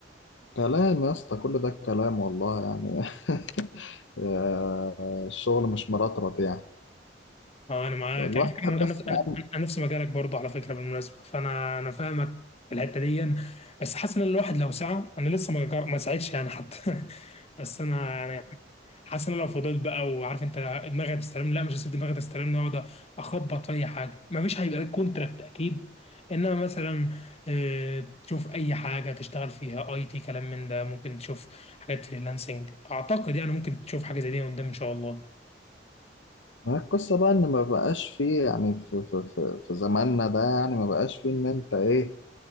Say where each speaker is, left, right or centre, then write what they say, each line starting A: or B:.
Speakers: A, on the left; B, on the left.
A: كلام يا اسطى كل ده كلام والله يعني <laughs> آه، الشغل مش مرطرط يعني
B: اه انا معاك
A: الواحد
B: يعني انا
A: بس
B: انا نفس
A: أهم-
B: انا أنا نفس مجالك برضه على فكره بالمناسبه فانا انا فاهمك في الحته دي بس حاسس ان الواحد لو سعى انا لسه ما جر- ما سعيتش يعني حتى <laughs> بس انا يعني حاسس ان انا لو فضلت بقى وعارف انت دماغي هتستلم لا مش هسيب دماغي تستلم اقعد اخبط في اي حاجه مفيش هيبقى لك كونتراكت اكيد انما مثلا آه، تشوف اي حاجه تشتغل فيها اي تي كلام من ده ممكن تشوف حاجات فريلانسنج اعتقد يعني ممكن تشوف حاجه زي دي قدام ان شاء الله
A: ما هي القصة بقى ان ما بقاش فيه يعني في, في, في, في زماننا ده يعني ما بقاش فيه ان انت ايه